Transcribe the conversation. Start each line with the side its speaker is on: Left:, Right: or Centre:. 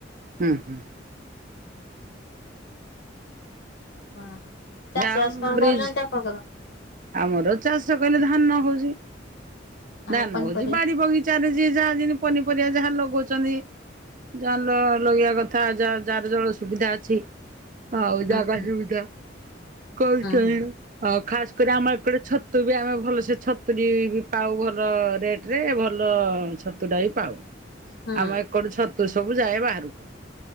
Right: ହୁଁ ହୁଁ।
Left: <unintelligible> ଚାଷ
Right: ଯାଉ
Left: ବାସ କଣ
Right: ବ୍ରିଜ
Left: କରୁଚନ୍ତି ଆପଣଙ୍କର?
Right: ଆମର ଚାଷ କହିଲେ ଧାନ ହଉଚି
Left: ଆଉ
Right: ଧାନ
Left: ପନିପରିବା
Right: ହଉଚି ବାଡି ବଗି ଚାଲିଚି ଯାହା ଯେମିତି ପନିପରିବା ଯାହା ଲଗଉଚନ୍ତି। ଜାଲ ଲଗେଇବା କ ଥା ଯା ଯାହାର ଜଳ ସୁବିଧା ଅଛି ଆଉ
Left: ହୁଁ
Right: ଜାଗା
Left: ହୁଁ
Right: ସୁବିଧା <unintelligible>
Left: ହୁଁ
Right: ଆ ଖାସ କରି ଆମର ଏଟେ ଛତୁ ବି ଆମେ ଭଲସେ ଛତୁୁ ଟିକେ ବି ପାଉ ଭଲ ରେଟ ରେ ଭଲ ଛତୁଟା ବି ପାଉ।
Left: ହୁଁ।
Right: ଆମ ଏକଡ ଛତୁ ସବୁ ଯାଏ ବାହାରକୁ।